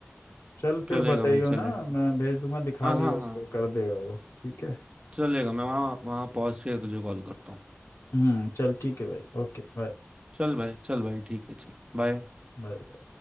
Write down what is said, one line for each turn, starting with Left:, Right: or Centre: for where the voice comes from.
Left: चल फिर
Right: चलेगा
Left: बताइयो
Right: भाई
Left: ना
Right: चलेगा
Left: मैं भेज दूंगा दिखा
Right: हाँ
Left: लियो
Right: हाँ
Left: उसको
Right: हाँ
Left: कर देगा वो ठीक है
Right: चलेगा मैं वहाँ वहाँ पहुंच के तुझे कॉल करता हूँ
Left: हम्म चल ठीक है भाई ओके बाय
Right: चल भाई चल भाई ठीक है चल बाय
Left: बाय